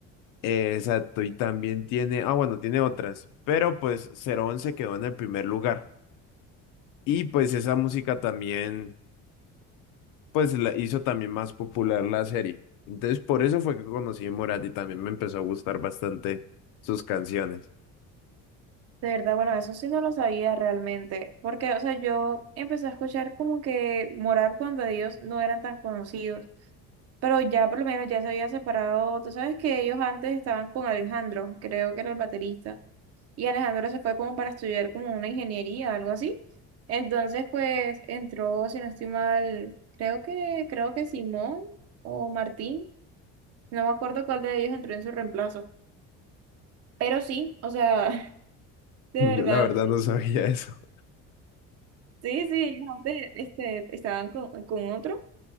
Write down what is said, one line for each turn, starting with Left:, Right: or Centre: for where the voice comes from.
Left: eh, Exacto, y también tiene, ah bueno, tiene otras, pero pues cero once quedó en el primer lugar. Y pues esa música también, pues la hizo también más popular la serie. Entonces por eso fue que conocí a Morat y también me empezó a gustar bastante sus canciones.
Right: De verdad, bueno, eso sí no lo sabía realmente, porque, o sea, yo empecé a escuchar como que Morat cuando ellos no eran tan conocidos, pero ya por lo menos ya se había separado, tú sabes que ellos antes estaban con Alejandro, creo que era el baterista, y Alejandro se fue como para estudiar como una ingeniería, algo así, entonces pues entró, si no estoy mal, creo que, creo que Simón o Martín, no me acuerdo cuál de ellos entró en su reemplazo, pero sí, o sea, <laughs>
Left: <laughs>
Right: de
Left: Yo
Right: verdad.
Left: la verdad no sabía eso.
Right: Sí, sí, antes, este, estaban con, con otro